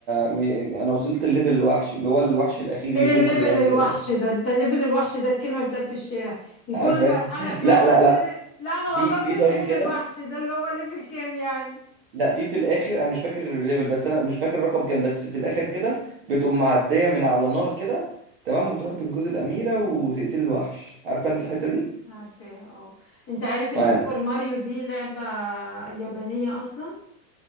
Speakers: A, on the right; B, on the left.
A: م... انا وصلت الليفل الوحش اللي هو الوحش الاخير اللي
B: ايه
A: بينقذ
B: ليفل
A: الاميره
B: الوحش
A: ده
B: ده انت ليفل الوحش ده الكلمه بتقال في الشارع
A: عارفه
B: كل مرحله
A: <laughs>
B: فيها
A: لا
B: وحش
A: لا لا
B: لا انا
A: في
B: وصلت
A: في
B: الليفل
A: طريق كده
B: الوحش ده اللي هو ليفل كام يعني
A: لا في في الاخر انا مش فاكر الليفل بس انا مش فاكر الرقم كام بس في الاخر كده بتقوم معديه من على نار كده تمام وتروح تنقذ الاميره وتقتل الوحش عارفه انت الحته دي
B: عارفاها اه انت عارف ان
A: ما
B: سوبر ماريو دي لعبة يابانية اصلا